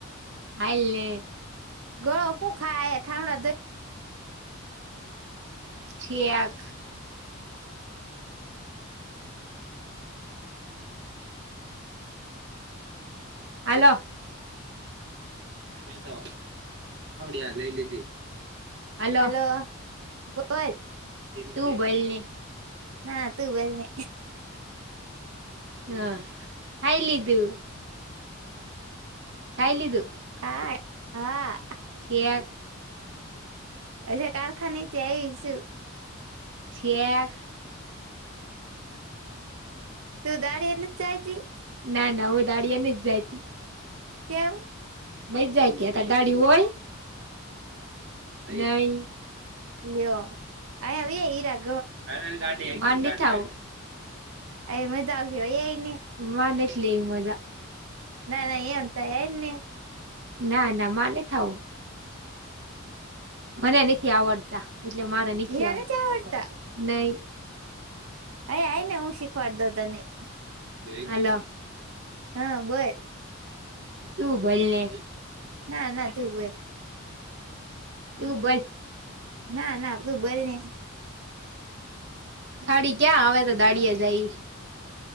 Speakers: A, on the right (about 60°); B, on the right (about 85°).
A: હાયલ ને.
B: ગોળો હું ખાયે, અહિયાં થામડા ધોઈ
A: ઠીક. હાલો-હાલો. <unintelligible> હાલો.
B: હલો બોલ
A: તું બોયલ ને.
B: ના તું બોઈલ ને.
A: હા. ખાઈ લીધું? ખાઈ લીધું? <unintelligible>
B: હા હા હજે કારખાને થી આઈ સું.
A: ઠેક.
B: તું <unintelligible> એ નથ જાઈતી?
A: ના, ના હું દાડિયા નથ જાયતી.
B: કેમ
A: <unintelligible> જાય <unintelligible> દાળ્યું હોય? નહીં.
B: લિયો. <unintelligible>
A: <unintelligible> ખાઉં.
B: અહે મજ આવશે વયેવ.
A: <unintelligible> લે મજા.
B: ના, ના <unintelligible> તો હે જ ને
A: ના, ના માર નથ આવું. મને નથી આવડતા. એટલે મારે નીચે
B: હીરા
A: આવ,
B: નથી આવડતા
A: નહીં.
B: <unintelligible> હું શીખવાડ દઉં તને.
A: હાલો.
B: હા બોલ.
A: તું બોઈલને.
B: ના, ના તું બોઈલ.
A: તું બોલ
B: ના, ના તું બોઈલને.
A: થાળી ક્યાં આવે તો દાળીએ જાય.